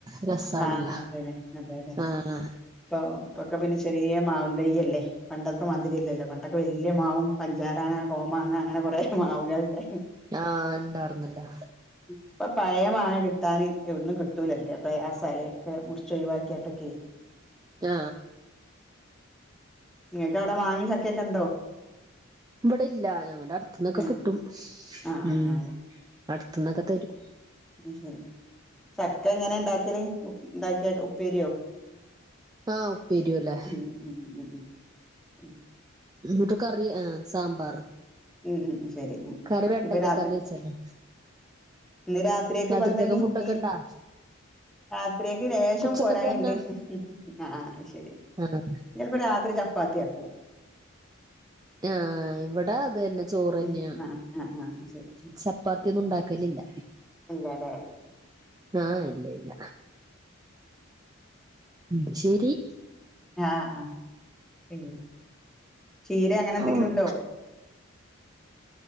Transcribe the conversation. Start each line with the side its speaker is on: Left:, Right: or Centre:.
Right: രസാണല്ലോ
Centre: ആഹ് അതന്നെ അതെ അതെ
Right: ആഹ്
Centre: ഇപ്പ ഇപ്പൊക്ക പിന്നെ ചെറിയ മാവും വയ്യല്ലേ പണ്ടൊത്തെ മാതിരിയല്ലല്ലോ പണ്ടൊക്കെ വല്യ മാവും പഞ്ചാരാങ്ങ കോമാങ്ങ അങ്ങനെ കുറെ മാവ്കള്ണ്ടായ് നി
Right: ആഹ് ഇണ്ടാർന്നല്ലോ
Centre: ഇപ്പൊ പഴയ മാങ്ങ കിട്ടാന് എവിട്ന്നും കിട്ടൂലല്ലേ പ്രയാസാലെ ഒക്കെ മുറിച്ച് ഒഴിവാക്കിട്ടൊക്കെ
Right: ആ
Centre: നിങ്ങക്ക് അവിടെ മാങ്ങി ചക്കൊക്കെ ഉണ്ടോ
Right: ഇവിടെ ഇല്ല ഞങ്ങളുടെ അടുത്തന്നൊക്കെ
Centre: ഏഹ്
Right: കിട്ടും
Centre: ആഹ് ആഹ്
Right: ഉ അടുത്തുന്നൊക്കെ തരും
Centre: ഉ ശരി ചക്ക എങ്ങനെ ഉണ്ടാക്കല് ഉണ്ടാക്കിയ് ഉപ്പേരിയോ
Right: ആഉപീരിപോല്ലേ
Centre: ഉം ഉം ഉം ഉം ഉം ഉം
Right: എന്നിട്ട് കറി ആ സാമ്പാർ
Centre: ഉം ഉം ഉം ശരി ഉം ഉം.
Right: കറി വെണ്ടക്കെ
Centre: ഇപ്പൊ രാത്രി
Right: കറി വെച്ചല്ലേ
Centre: ഇന്ന് രാത്രിയെക്ക്
Right: രാത്രിത്തേക്ക്
Centre: പ്പന്താ ഇനി
Right: ഫുഡൊക്കെ
Centre: നി
Right: ഇണ്ടാ
Centre: രാത്രിയൊക്ക് രേഷം
Right: ഉച്ചക്കത്തന്നെ
Centre: പോരായിണ്ട് ആ ശരി ഇന്ന്
Right: ആഹ്
Centre: ചെൽപ്പോ രാത്രി ചപ്പാത്തിയാക്കും
Right: ആ ഇവിടെ അത് തന്നെ ചോറ് തന്നെയ
Centre: ഉം ആഹ് ആഹ് ആഹ് ശരി
Right: ചപ്പാത്തിയൊന്നും ഉണ്ടാക്ക ലില്ല
Centre: ഇല്ലല്ലേ
Right: ആ ഇല്ല ഇല്ല ഉ ശരി
Centre: ആ ആ ചെയ ചീര അങ്ങനെ എന്തെങ്കിലും
Right: ആഹ്
Centre: ഉണ്ടോ